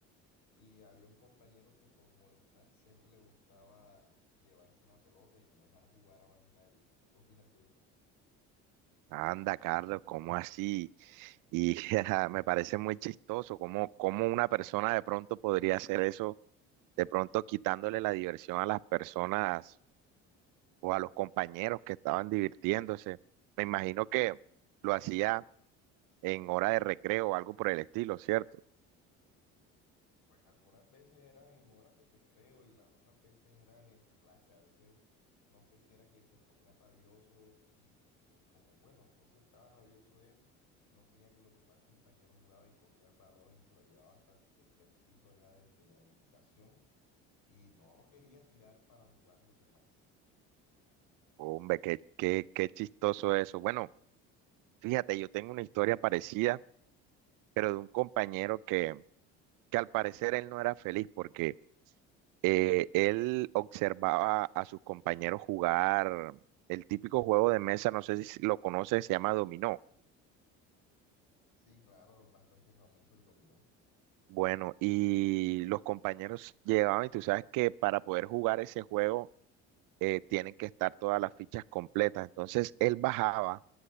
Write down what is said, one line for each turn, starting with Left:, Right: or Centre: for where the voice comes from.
Left: Y había un compañero que por molestar siempre le gustaba llevarse la pelota y no dejar jugar a más nadie. ¿Tú qué opinas de eso?
Right: Anda, Carlos, ¿cómo así? Y <laughs> ajá, me parece muy chistoso cómo, cómo una persona de pronto podría hacer eso, de pronto quitándole la diversión a las personas o a los compañeros que estaban divirtiéndose. Me imagino que lo hacía en hora de recreo o algo por el estilo, ¿cierto?
Left: Pues algunas veces eran en horas de recreo y las otras veces eran en la clase. A veces no sé si era que se ponía rabioso y, en como, bueno, entonces estaba rabioso él, no quería que los demás compañeros jugaban y cogía el balón y se lo llevaba hasta el tercer piso allá desde la edificación y no lo quería tirar para jugar los demás.
Right: Hombre, qué, qué, qué chistoso eso. Bueno, fíjate, yo tengo una historia parecida, pero de un compañero que, que al parecer él no era feliz porque eh, él observaba a sus compañeros jugar el típico juego de mesa, no sé si lo conoces, se llama dominó.
Left: Sí, claro, bastante famoso el dominó.
Right: Bueno, y los compañeros llegaban y tú sabes que para poder jugar ese juego eh, tienen que estar todas las fichas completas. Entonces él bajaba